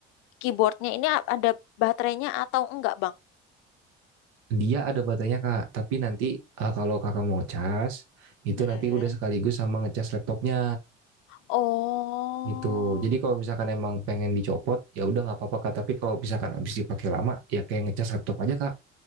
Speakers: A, on the left; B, on the right.
A: keyboardnya ini a- ada baterainya atau enggak bang?
B: Dia ada baterainya kak, tapi nanti eh, kalau kakak mau ngecas, itu
A: Mm-mm.
B: nanti udah sekaligus sama ngecas laptopnya
A: Oh,
B: gitu. Jadi kalau misalkan emang pengen dicopot, ya udah nggak apa-apa kak. Tapi kalau misalkan habis dipakai lama, ya kayak ngecas laptop aja kak,